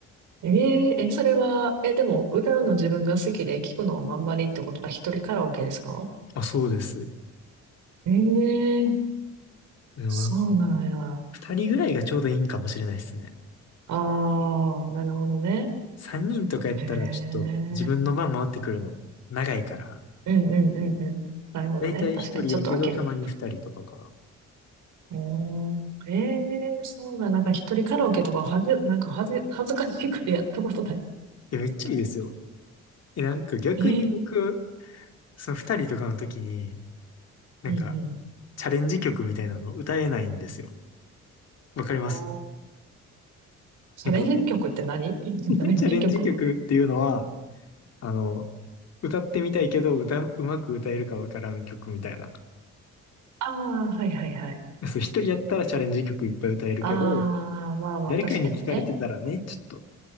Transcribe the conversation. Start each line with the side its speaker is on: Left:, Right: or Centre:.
Right: えーえ、それは、え、でも、歌うの自分が好きで聞くのあんまりってことは一人カラオケですか
Left: あ、そうです。
Right: ええー
Left: うん
Right: そうなんや。
Left: 2人ぐらいがちょうどいいんかもしれないですね。
Right: ああ、なるほどね。
Left: 3人とかやったらちょっと自分の番回ってくるの長いから。
Right: へえうんうんうんうん。なるほどね。
Left: だいたい1人やけどたまに2人とかかな。
Right: 確かに、ちょっと開ける。おーええーそうだ。なんか一人カラオケとかはじ、なんかはじ、恥ずかしいくらいやったことない。
Left: いや、めっちゃいいですよ。え、なんか逆に僕、
Right: ええ
Left: その二人とかの時に、なんか
Right: うんうん。
Left: チャレンジ曲みたいなの歌えないんですよ。わかります
Right: ああ、チャレンジ曲って何
Left: なんか、
Right: <laughs> チャレンジ曲
Left: <laughs> チャレンジ曲っていうのは、あの、歌ってみたいけど、歌、うまく歌えるかわからん曲みたいな。
Right: ああー、はいはいはい。
Left: そう、一人やったらチャレンジ曲いっぱい歌えるけど、
Right: ああ、まあまあ、
Left: 誰かに聞かれてたらね、
Right: 確かにね。
Left: ちょっと。